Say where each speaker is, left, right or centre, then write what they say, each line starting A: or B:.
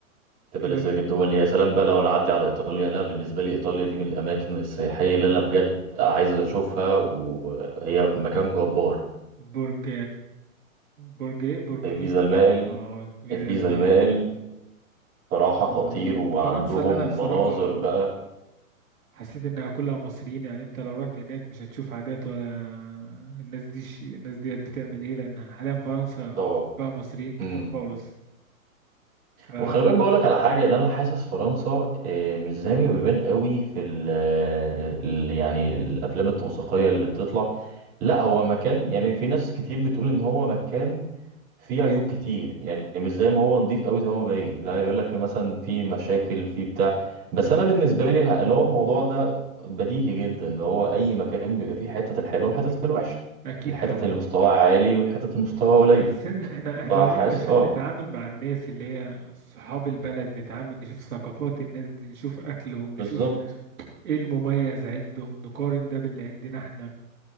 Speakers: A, on the right (about 25°); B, on the right (about 75°).
A: تبقى
B: سيبك
A: لذيذة جدا الدول يا سلام بقى لو نعدي على إيطاليا لا بالنسبة لي إيطاليا دي من الأماكن السياحية اللي أنا بجد عايز أشوفها وهي مكان جبار
B: برج برج ايه برج
A: بيزا
B: ليزا
A: المائل
B: اه فيزا
A: البيزا
B: المان
A: المائل صراحة
B: وأنا-
A: خطير وعندهم
B: فرنسا اللي انا بصراحة
A: مناظر بقى
B: حسيت انها كلها مصريين يعني انت لو رحت هناك مش هتشوف عادات ولا الناس دي ش... الناس ديت بتعمل ايه لان حاليا فرنسا
A: طبعا
B: فيها مصريين كتير
A: مم.
B: خالص ف
A: وخلي بالك بقول لك على حاجه اللي انا حاسس فرنسا آه، مش زي ما بيبان قوي في ال ال- يعني الافلام التوثيقيه اللي بتطلع لا هو مكان يعني في ناس كتير بتقول ان هو مكان فيه
B: مم.
A: عيوب كتير يعني مش زي ما هو نظيف قوي زي ما هو باين لا يقول لك مثلا في مشاكل في بتاع بس انا بالنسبه لي الح- اللي هو الموضوع ده بديهي جدا اللي هو اي مكان بيبقى فيه حته الحلوه وحته الوحشه
B: اكيد
A: الحتت
B: طبعا
A: اللي مستواها عالي والحتت اللي مستواها قليل
B: بس إن- احنا احنا
A: فحاسس
B: نروح عشان
A: اه
B: نتعامل مع الناس اللي هي صحاب البلد نتعامل نشوف ثقافات الناس دي نشوف اكلهم نشوف
A: بالظبط
B: ايه المميز عندهم نقارن ده باللي عندنا احنا